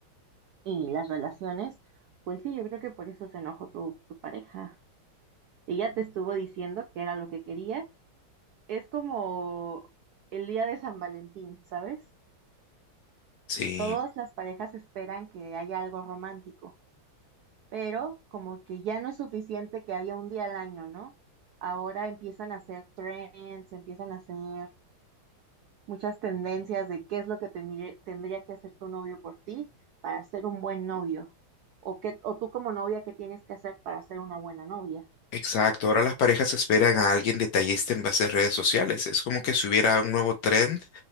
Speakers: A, on the right (about 80°); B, on the left (about 70°).
A: y las relaciones, pues sí, yo creo que por eso se enojó tu, tu pareja. Ella te estuvo diciendo que era lo que quería. Es como el día de San Valentín, ¿sabes?
B: Sí,
A: Todas las parejas esperan que haya algo romántico, pero como que ya no es suficiente que haya un día al año, ¿no? Ahora empiezan a hacer trends, empiezan a hacer muchas tendencias de qué es lo que tendría, tendría que hacer tu novio por ti para ser un buen novio, o, qué, o tú como novia, qué tienes que hacer para ser una buena novia.
B: exacto. Ahora las parejas esperan a alguien detallista en base a redes sociales. Es como que si hubiera un nuevo trend,